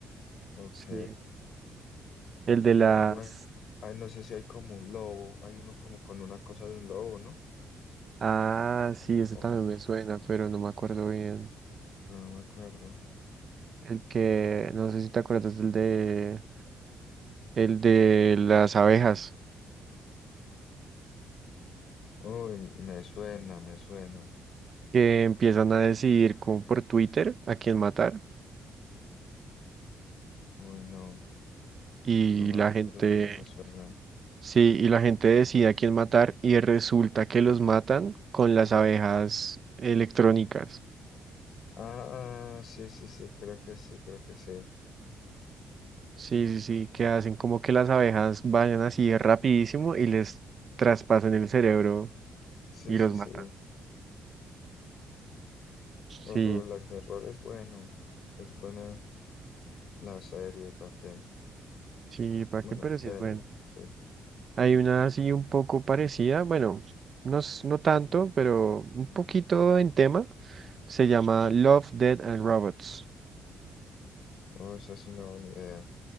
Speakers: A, on the left (about 65°); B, on the right (about 45°).
A: Ok.
B: Sí. El de
A: No,
B: las.
A: no me- ay, no sé si hay como un lobo, hay uno como con una cosa de un lobo, ¿no?
B: Ah, sí, ese
A: Oh,
B: también me suena, pero no me acuerdo bien.
A: pero no me acuerdo.
B: El que, no sé si te acuerdas, el de. El de las abejas
A: Uy, me suena, me suena.
B: que empiezan a decidir como por Twitter a quién matar
A: Uy, no,
B: y
A: no me
B: la
A: acuerdo,
B: gente.
A: pero me suena.
B: Sí, y la gente decide a quién matar y resulta que los matan con las abejas electrónicas.
A: Ah, ah, sí, sí, sí, creo que sí, creo que sí.
B: Sí, sí, sí, que hacen como que las abejas vayan así rapidísimo y les traspasan el cerebro
A: Sí,
B: y
A: sí,
B: los
A: sí.
B: matan.
A: Oh,
B: Sí,
A: pero Black Mirror es bueno. Es buena la serie, ¿para qué?
B: sí, ¿para
A: Bueno,
B: qué? Pero
A: serie,
B: sí es bueno.
A: sí.
B: Hay una así un poco parecida, bueno, no, s- no tanto, pero un poquito en tema. Se llama Love, Dead and Robots.
A: Oh, esa sí no, ni idea.